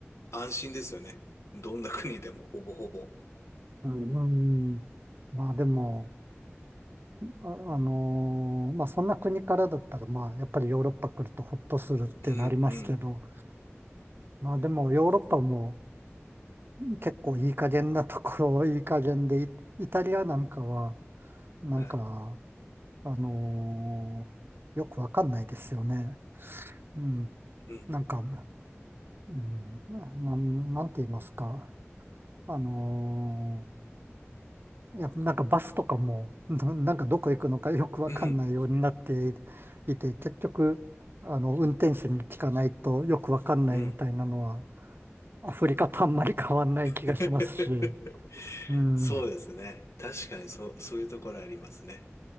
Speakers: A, on the left (about 80°); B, on the right (about 50°).
A: 安心ですよね。どんな国でもほぼほぼ。
B: うんまあでも、あ、あのーまあそんな国からだったら、まあやっぱりヨーロッパ来るとほっとするってなりますけど、
A: うん、うん。
B: まあでもヨーロッパも結構いい加減なところ、いい加減で、イ、イタリアなんかは、なんか、
A: はい。
B: あのーよくわかんないですよね。うん。
A: うん、
B: なんか、うん、なん、なんて言いますか。あのーいや、なんかバスとかも、ななんかどこ行くのかよくわかんないようになって
A: うん、
B: いて、結局、あの、運転手に聞かないとよくわかんないみたいなのは、
A: うん。
B: アフリカとあんまり変わんない気がしますし、
A: <laughs>
B: うん、
A: そうですね。
B: う
A: 確かにそう、そういうところありますね。